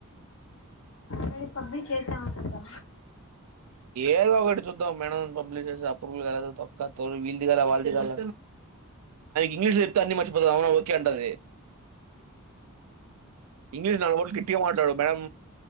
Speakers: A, on the left; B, on the right.
A: మళ్ళి పబ్కి చేసామ అంటా
B: ఏదో ఒకటి చూద్దాం మేడ పబ్లిష్ చేస్తే అప్రూవల్ కాలేదు తోక్క తోలు వీళ్ళది కద వాళ్ళది కద ఇంగ్లీషులో చెప్పితే అవును ఓకేంటది ఇంగ్లీష్ నాలుగుట్లు కిట్టిగా మాట్లాడు మేడం